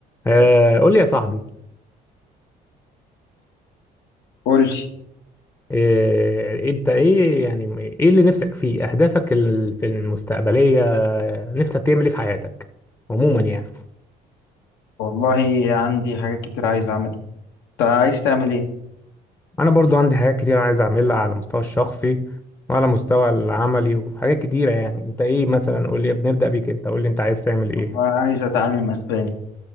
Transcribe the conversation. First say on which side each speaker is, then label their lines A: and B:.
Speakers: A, on the left (about 15°); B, on the left (about 90°).
A: آه، قول لي يا صاحبي
B: قول لي
A: آه، انت ايه يعني ايه اللي نفسك فيه اهدافك ال- في المستقبليه آه، نفسك تعمل ايه في حياتك عموما يعني
B: والله عندي حاجات كتير عايز اعملها انت عايز تعمل ايه
A: انا برضو عندي حاجات كتير عايز اعملها على المستوى الشخصي وعلى المستوى العملي وحاجات كتيره يعني انت ايه مثلا قول لي بنبدا بيك انت قول لي انت عايز تعمل ايه
B: والله عايز اتعلم اسباني